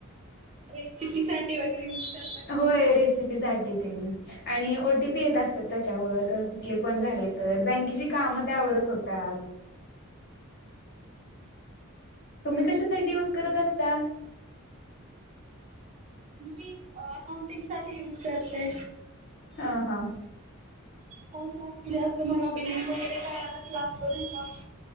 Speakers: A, on the right; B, on the left.
A: रेसिपी साठ ठी वगैरे. यूज करता का
B: होय
A: तुम्ही
B: रेसिपी साठी देन, आणि ओ टी पी येत असतात. त्याच्यावर <unintelligible> कुठले पण झाले तर, बँकेची कामं त्यावरच होतात. तुम्ही कशासाठी युज करत असता?
A: मी अ अकाउंटिंग साठी युज करते.
B: हा हा
A: फोन जास्तीत जास्त मला बिलिंग वगैरे करायलाच लागतो, नाही का?